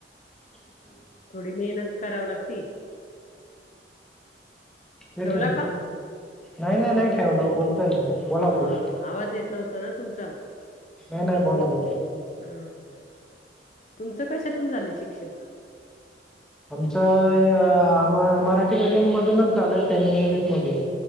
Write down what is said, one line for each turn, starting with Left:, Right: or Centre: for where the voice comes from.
Centre: <inaudible>
Left: थोडी मेहनत करावं लागती
Centre: तेच
Left: ठेवला
Centre: मग,,
Left: का?
Centre: नाही नाही नाही ठेवाल आओ बोलतोय ना मी बोला
Left: हा,
Centre: बोला
Left: आवाज येत नव्हता ना तुमचा.
Centre: नाही नाही बोला बोला
Left: हम्म, तुमचं कशातून झालंय शिक्षण?
Centre: आमचं आ मराठी मिडियम मधूनच झालंय, सेमी इंग्लिश मध्ये